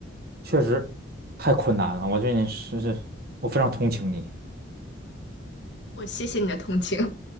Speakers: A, on the right; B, on the left.
A: 确实太困难了，我觉得你是是，我非常同情你。
B: 我谢谢你的同情。<laughs>